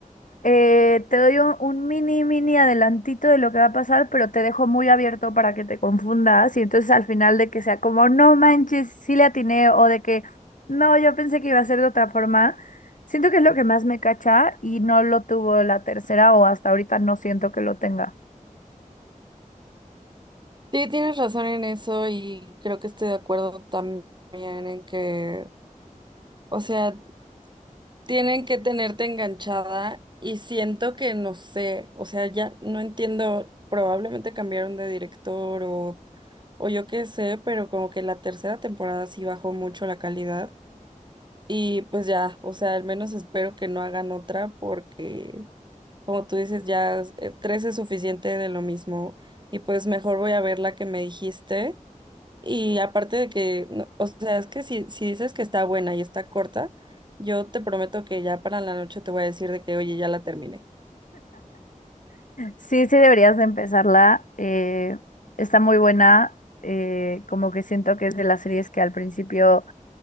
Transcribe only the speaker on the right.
Sí, tienes razón en eso y creo que estoy de acuerdo también en que, o sea, Tienen que tenerte enganchada y siento que no sé, o sea, ya no entiendo, probablemente cambiaron de director o, o yo qué sé, pero como que la tercera temporada sí bajó mucho la calidad y pues ya, o sea, al menos espero que no hagan otra porque como tú dices, ya eh, tres es suficiente de lo mismo y pues mejor voy a ver la que me dijiste y aparte de que, no- o sea, es que si, si dices que está buena y está corta, yo te prometo que ya para la noche te voy a decir de que, oye, ya la terminé.